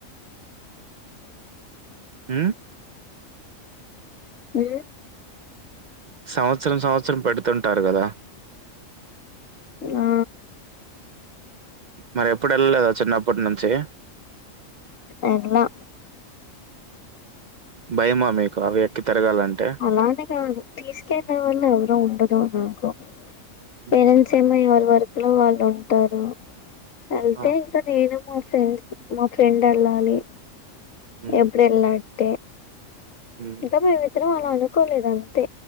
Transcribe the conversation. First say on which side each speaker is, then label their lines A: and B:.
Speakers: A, on the right; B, on the left.
A: హ్
B: హ్
A: సంవత్సరం సంవత్సరం పెడుతుంటారు కదా.
B: ఆ
A: మరి ఎప్పుడు ఎళ్ళలేదా చిన్నప్పటి నుంచి.
B: ఎల్లలా.
A: భయమా మీకు అవి ఎక్కి తిరగాలంటే?
B: అలాని కాదు తీసుకెళ్ళే వాళ్ళు ఎవరు ఉండరు నాకు.
A: హ్మ్.
B: పేరెంట్స్ ఏమో ఎవరి వర్క్ లో వాళ్ళు ఉంటరు, ఎళ్తే
A: ఆ!
B: ఇంకా నేను మా ఫ్రెండ్స్ మా ఫ్రెండ్ ఎళ్ళాలి
A: హ్మ్.
B: ఎప్పుడు ఎళ్ళట్టే
A: హ్మ్.
B: ఇంకా మేమిద్దరం అలా అనుకోలేదు అంతే.